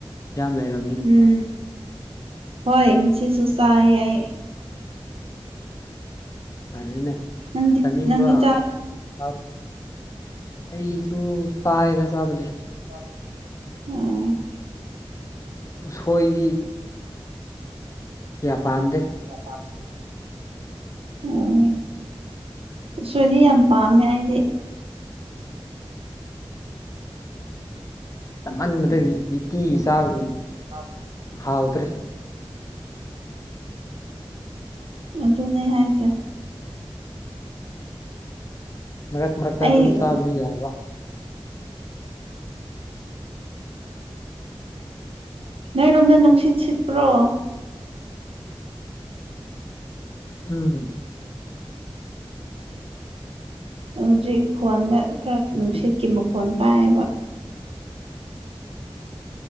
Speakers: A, on the left (about 35°); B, on the right (about 75°).
A: ꯌꯥꯝ <unintelligible>
B: ꯎꯝ ꯍꯣꯏ ꯉꯁꯤꯁꯨ ꯆꯥꯏꯌꯦ ꯑꯩ
A: ꯐꯔꯦꯅꯦ
B: ꯅꯪꯗꯤ
A: ꯆꯥꯅꯤꯡꯕ
B: ꯅꯪꯗꯤ ꯆꯥ
A: <unintelligible> ꯑꯩꯁꯨꯨ ꯆꯥꯏꯗ ꯆꯥꯕꯗꯤ
B: <unintelligible> ꯎꯝ
A: ꯎꯁꯣꯏꯗꯤ ꯀꯌꯥ ꯄꯥꯝꯗꯦ
B: ꯀꯌꯥ ꯄꯥꯝꯗꯦ ꯎꯝ ꯎꯁꯣꯏꯗꯤ ꯌꯥꯝ ꯄꯥꯝꯃꯦ ꯑꯩꯗꯤ
A: ꯇꯝꯃꯟꯕꯗꯒꯤ <unintelligible> ꯆꯥꯕꯗꯤ
B: <unintelligible>
A: ꯍꯥꯎꯇ꯭ꯔꯦ
B: ꯑꯗꯨꯅꯦ ꯍꯥꯏꯁꯦ
A: ꯃꯔꯛ ꯃꯔꯛꯇ
B: ꯑꯩ
A: ꯑꯗꯨꯝ ꯆꯥꯕꯗꯤ
B: ꯑꯣ
A: ꯌꯥꯕ
B: ꯅꯣꯏꯔꯣꯝꯗ ꯅꯨꯡꯁꯤꯠ ꯁꯤꯠꯄ꯭ꯔꯣ
A: ꯎꯝ
B: ꯍꯧꯖꯤꯛ ꯐꯣꯟꯗ ꯈꯔ
A: ꯅꯨꯡꯁꯤꯠ
B: ꯅꯨꯡꯁꯤꯠꯀꯤ ꯃꯈꯣꯟ ꯇꯥꯏꯌꯦꯕ